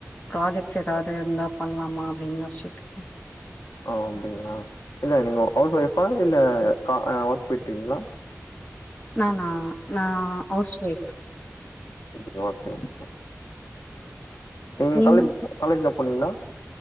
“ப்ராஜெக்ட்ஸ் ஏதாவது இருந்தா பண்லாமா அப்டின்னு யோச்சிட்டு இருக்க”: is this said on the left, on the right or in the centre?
Left